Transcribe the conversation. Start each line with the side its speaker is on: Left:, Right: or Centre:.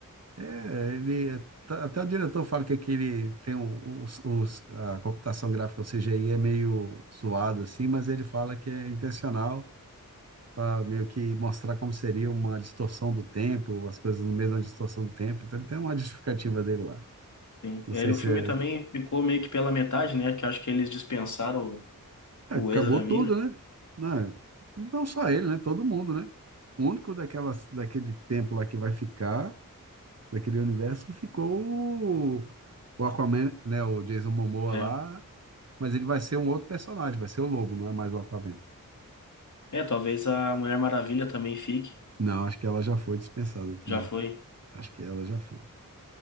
Right: é, ele, é- tá- até o diretor fala que aquele, tem um, os, os- a computação gráfica, o CGI é meio suado, assim, mas ele fala que é intencional, para meio que mostrar como seria uma distorção do tempo, as coisas no meio da distorção do tempo. Então ele tem uma justificativa dele lá.
Left: Sim.
Right: Não
Left: E
Right: sei
Left: aí o
Right: se
Left: filme
Right: é...
Left: também ficou meio que pela metade, né? Que eu acho que eles dispensaram o
Right: é,
Left: o
Right: acabou
Left: Ezra Miller.
Right: tudo, né? Não, é- não só ele, né? Todo mundo, né? O único daquelas, daquele tempo lá que vai ficar, daquele universo, ficou o, o Aquaman, né? O Jason Momoa
Left: É.
Right: lá, mas ele vai ser um outro personagem, vai ser o Lobo, não é mais o Aquaman.
Left: É, talvez a Mulher Maravilha também fique.
Right: Não, acho que ela já foi dispensada também.
Left: Já foi.
Right: Acho que ela já foi.